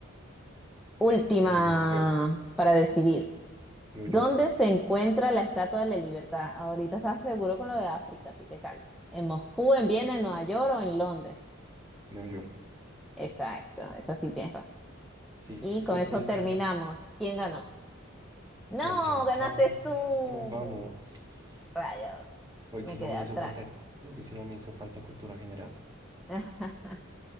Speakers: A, in the centre; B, on the right.
A: última
B: Bueno, New York,
A: para decidir.
B: New
A: ¿Dónde
B: York,
A: se encuentra la Estatua de la Libertad? Ahorita estás seguro con lo de África, así que calma. ¿En Moscú, en Viena, en Nueva York o en Londres?
B: New York.
A: Exacto, eso sí tienes razón.
B: Sí,
A: Y
B: esa
A: con eso
B: sí está.
A: terminamos. ¿Quién ganó? No,
B: Chan, chan,
A: ganaste
B: chan.
A: tú.
B: No, Vamos.
A: Rayos,
B: Hoy
A: me
B: sí no
A: quedé.
B: me
A: at-
B: hizo falta, hoy sí no me hizo falta cultura general.
A: <laughs>